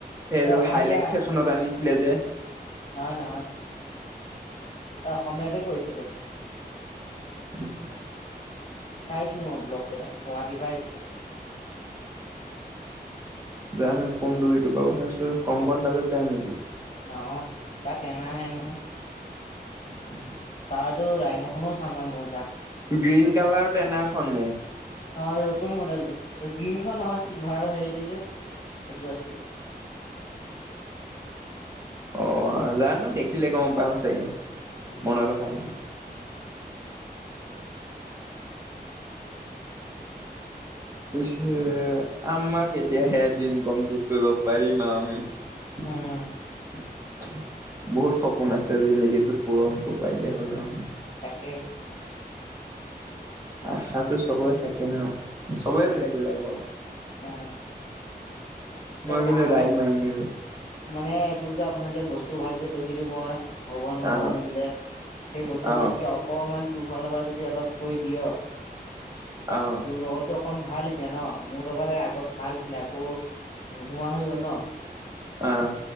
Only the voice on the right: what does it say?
এইটো
হাইলেক্স এখনত আনিছিলে যে।
<inaudible>
জানো কোন দুইটোৰপ কথা আছ কং কনতালোক দাই নেকি।
<unintelligible>
গ্ৰীণ কালাৰ তেনে। খনে।
অ, জানোঁ দেখিলে গম পাম চাগে।
মই নাইদেখা ন। কৈছে আমাক এতিয়া হে ড্ৰিম কমপ্লিট কৰিব পাৰিম আৱ আমি <unintelligible>
বহুত সপোন আছে জিন্দিগিটোত পোৰণ হ'ব পাৰিলে হ'ল আৱ
আশাটো চবই থাকে ন চবেই
বেলেগ বেলেগ বাৱ
ম‌ই
কিন্ত
ৰাই মাহিম
আহ
আহ
আহ
অহ